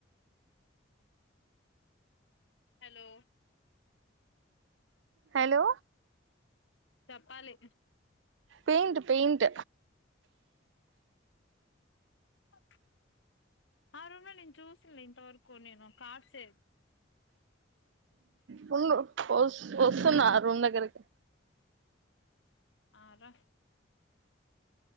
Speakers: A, on the left (about 80°); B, on the right (about 70°).
A: హలో
B: హలో
A: చెప్పాలి
B: పెయింట్ పెయింట్
A: ఆ మా రూమ్ లో నేను చూసిన లేండి వరకు నేను కార్ సే
B: హ్మ్మ్ వోస్ వోస్తున్న రూమ్ దగ్గరికి
A: ఆ దా